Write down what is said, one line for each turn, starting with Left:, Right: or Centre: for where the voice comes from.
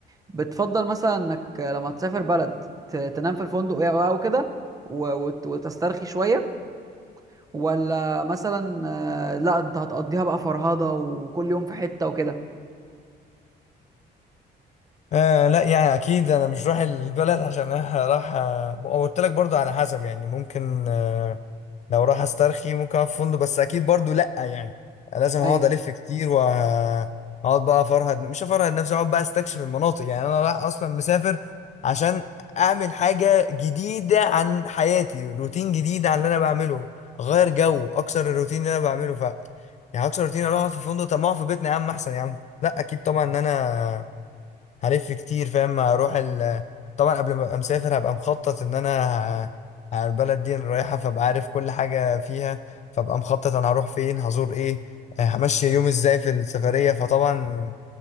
Right: بتفضل مثلا انك لما تسافر بلد ت- تنام في الفندق او أو كده و- وت- وتسترخي شوية ولا مثلا آه، لا انت هتقضيها بقى فرهضة وكل يوم في حتة وكده
Left: آه لا يعني اكيد انا مش رايح البلد عشان أنا رايح آه، وقلت لك برضو على حسب يعني ممكن لو راح استرخي ممكن اقعد في فندق بس اكيد برضو لا يعني لازم هقعد
Right: ايوه
Left: الف كتير وهقعد بقى افرهد مش افرهد نفسي اقعد بقى استكشف المناطق يعني انا رايح اصلا مسافر عشان اعمل حاجه جديده عن حياتي روتين جديد عن اللي انا بعمله اغير جو اكسر الروتين اللي انا بعمله ف يعني هكسر الروتين اروح أقعد في فندق طب ما اقعد في بيتنا يا عم احسن يا عم لا اكيد طبعا ان انا هلف كتير فاهم هروح ال... طبعا قبل ما ابقى مسافر هبقى مخطط ان انا ه- على البلد دي أنا رايحه فابقى عارف كل حاجه فيها فابقى مخطط انا هروح فين هزور ايه آه، همشي يومي ازاي في السفريه فطبعا